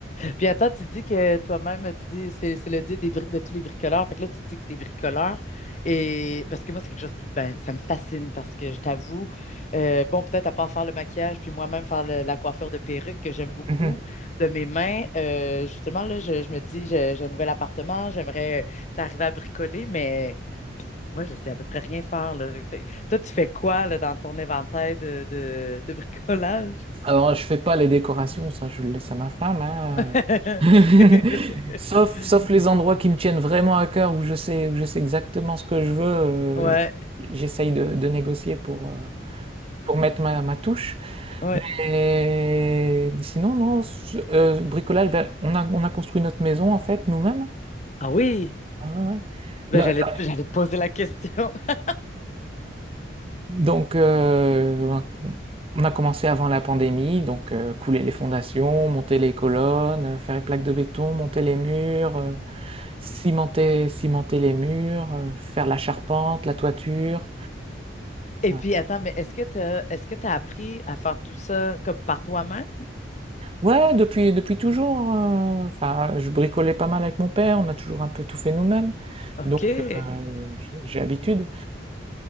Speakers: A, on the left (about 40°); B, on the right (about 30°).
A: Puis attends, tu dis que toi-même, tu dis c'est c'est le dieu des bri- de tous les bricoleurs. Fait que là, tu dis que tu es bricoleur. Et parce que moi, c'est quelque chose qui ben, ça me fascine parce que je t'avoue, euh, bon, peut-être à part faire le maquillage, puis moi-même faire le- la coiffure de perruque que j'aime beaucoup
B: Mhm.
A: de mes mains. euh, justement, là, je, je me dis, j'ai j'ai un nouvel appartement, j'aimerais tu sais, arriver à bricoler, mais moi, je sais à peu près rien faire, là. Fait- toi, tu fais quoi là, dans ton inventaire de, de, de bricolage?
B: Alors, je fais pas les décorations. Ça, je le laisse à ma femme. hein.
A: <laughs>
B: <laughs> Sauf, sauf les endroits qui me tiennent vraiment à cœur où je sais, où je sais exactement ce que je veux. euh,
A: Ouais.
B: j- j'essaye de, de négocier pour, euh, pour mettre ma, ma touche.
A: Ouais.
B: Mais sinon, non, je- euh, bricolage, ben, on a, on a construit notre maison en fait nous-mêmes.
A: Ah oui.
B: Ah ouais, ouais.
A: Ben,
B: Là-
A: j'allais
B: là-
A: te, j'allais te poser la question. <laughs>
B: donc, euh, on a on a commencé avant la pandémie, donc euh, couler les fondations, monter les colonnes, euh, faire les plaques de béton, monter les murs, euh, cimenter, cimenter les murs, euh, faire la charpente, la toiture.
A: Et
B: Ouais.
A: puis, attends, mais est-ce que tu est-ce que tu as appris à faire tout ça comme par toi-même?
B: Ouais, depuis, depuis toujours. euh, enfin, je bricolais pas mal avec mon père, on a toujours un peu tout fait nous-mêmes.
A: OK.
B: Donc, euh, j'ai j'ai l'habitude.